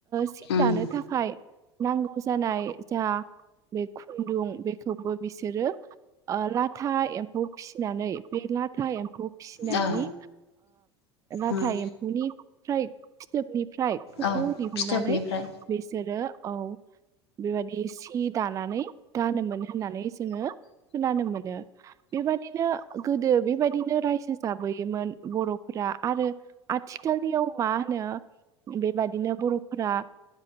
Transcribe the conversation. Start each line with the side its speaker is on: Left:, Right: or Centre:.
Right: सि
Left: उम
Right: दानो थाखाय नांगौ जानाय जाहा बे खुन्दुं बेखौबो बिसोरो नाथाय एमफौ फिसिनानै बे लाथा एम्फौ फिसिनायनि
Left: औ
Right: लाथा
Left: उम
Right: एमफौ निफ्राय फिथोबनिफ्राय खुन्दुं
Left: औ
Right: दिहुननानै
Left: फिथोबनिफ्राय
Right: बिसोरो औ बेबायदि सि दानानै दानोमोन होननानै जोंङो खोनानो मोनो बेबायदिनो गोदो बेबायदिनो रायजो जाबोयोमोन बर'फोरा आरो आथिखालनियाव मा होनो बेबादिनो बर'फोरा